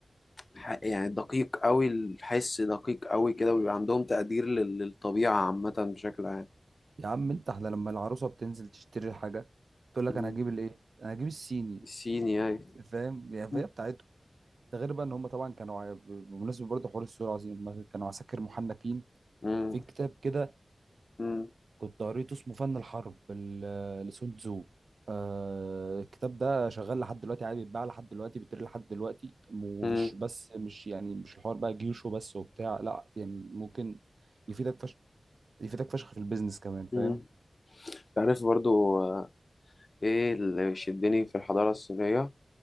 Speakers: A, on the left; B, on the right.
A: ح- يعني دقيق قوي الحس دقيق قوي كده وبيبقى عندهم تقدير لل- للطبيعة عامة بشكل عام
B: يا عم انت احنا لما العروسه بتنزل تشتري الحاجه تقول لك
A: مم.
B: انا هجيب الايه انا هجيب الصيني
A: الصيني أي
B: فاهم يعني
A: مم.
B: فهي بتاعتهم ده غير بقى ان هم طبعا كانوا ع- بمناسبه برضه حوار السور العظيم هم كانوا عساكر محنكين
A: مم.
B: في كتاب كده
A: مم.
B: كنت قريته اسمه فن الحرب ال- لسون تزو آه الكتاب ده شغال لحد دلوقتي عادي بيتباع لحد دلوقتي بيتقري لحد دلوقتي ومش
A: مم.
B: بس مش يعني مش الحوار بقى جيوش وبس وبتاع لا يعني ممكن يفيدك فشخ يفيدك فشخ في البيزنس كمان فاهم
A: مم. تعرف برضو آه، إيه اللي شدني في الحضارة الصينية